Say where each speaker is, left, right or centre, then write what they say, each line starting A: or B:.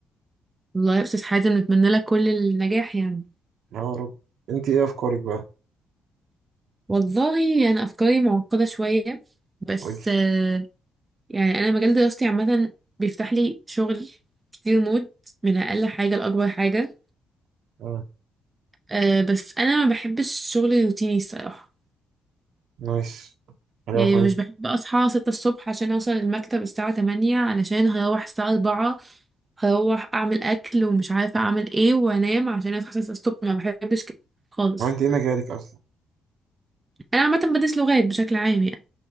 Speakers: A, on the right (about 20°); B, on the right (about 75°).
A: والله يا استاذ حازم نتمنى لك كل النجاح يعني
B: يا رب انت ايه افكارك بقى
A: والله انا افكاري معقدة شوية بس
B: قولي
A: آه، يعني انا مجال دراستي عامة بيفتح لي شغل كتير موت من اقل حاجة لاكبر حاجة
B: اه
A: أه بس انا ما بحبش الشغل الروتيني الصراحة
B: نايس حاجه
A: يعني
B: كويس
A: مش بحب أصحى ستة الصبح عشان أوصل المكتب الساعة تمانية علشان هروح الساعة أربعة هروح أعمل أكل ومش عارفة أعمل إيه وأنام عشان أصحى ستة الصبح ما بحبش كده خالص
B: ما انت ايه مجالك اصلا
A: أنا عامة بدرس لغات بشكل عام يعني